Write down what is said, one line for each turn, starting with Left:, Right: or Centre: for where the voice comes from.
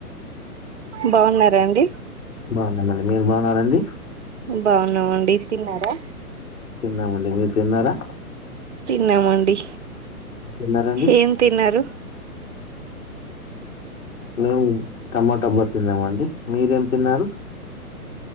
Right: బాగున్నారాండి
Left: బాగున్నామండి మీరు బాగున్నారండి
Right: బాగున్నామండి తిన్నారా
Left: తిన్నామండి మీరు తిన్నారా
Right: తిన్నామండి
Left: తిన్నారండి
Right: ఏం తిన్నారు
Left: మేము టమాటాబ్బా తిన్నామ అండి మీరేం తిన్నారు